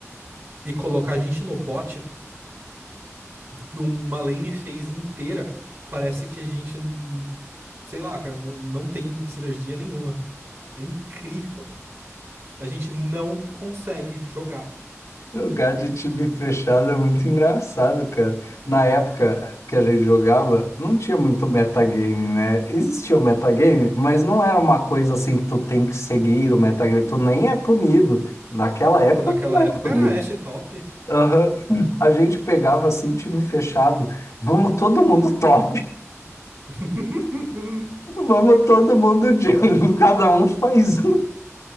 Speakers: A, on the right; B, on the left.
A: e colocar a gente no bot numa lane phase inteira, parece que a gente, n- sei lá, cara, não, não tem sinergia nenhuma. É incrível. A gente não consegue jogar.
B: Jogar de time fechado é muito engraçado, cara. Na época que a gente jogava, não tinha muito metagame, né? Existia o metagame, mas não era uma coisa assim que tu tem que seguir o metagame, tu nem é punido. Naquela época,
A: Pô, naquela
B: tu não
A: época
B: era punido.
A: era Ashe top.
B: Aham. A gente pegava assim, time fechado. Vamos todo mundo top,
A: <laughs>
B: <laughs> vamos todo mundo jungle, <laughs> cada um faz um.